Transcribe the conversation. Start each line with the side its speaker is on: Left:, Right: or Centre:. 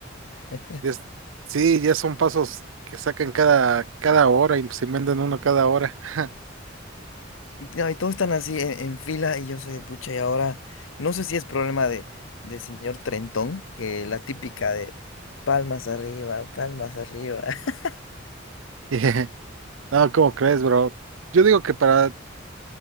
Left: <laughs>
Right: Y es- sí, ya son pasos que sacan cada, cada hora y se inventan uno cada hora. <laughs>
Left: Ya, Y todos están así en, en fila y yo soy de pucha y ahora no sé si es problema de, de señor Trentón, que la típica de palmas arriba, palmas arriba. <laughs>
Right: Y, No, ¿cómo crees, bro? Yo digo que para,